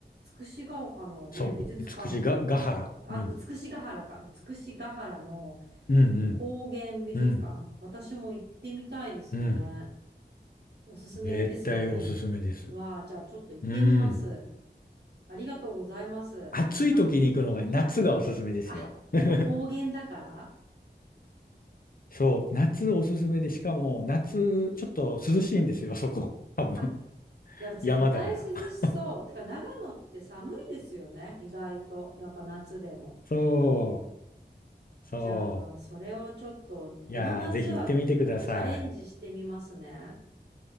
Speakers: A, on the right; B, on the left.
A: 美しが丘のね、
B: そう、
A: 美術館も、
B: 美しいが、ヶ原。
A: あ、
B: うん。
A: 美しが原か。美しが原の
B: うんうん。
A: 高原美術館。
B: うん。
A: 私も行ってみたいですね。
B: うん。
A: おすすめですよね。
B: 絶対おすすめです。
A: わあ、じゃあちょっと行ってみます。
B: うん。
A: ありがとうございます。
B: 暑い時に行くのが、
A: たん、はい。
B: 夏がおすすめですよ。
A: あ、やっぱ高原だから
B: <laughs> そう、夏おすすめで、しかも夏ちょっと涼しいんですよ、そこ。多分、
A: あ、いや、絶対涼しそう。
B: 山だから。<laughs>
A: てか、長野って寒いですよね。意外と。やっぱ夏でも。
B: そう、そ
A: じゃあ、それをちょっと、この夏はチャレンジしてみますね。
B: う。いやー、ぜひ行ってみてください。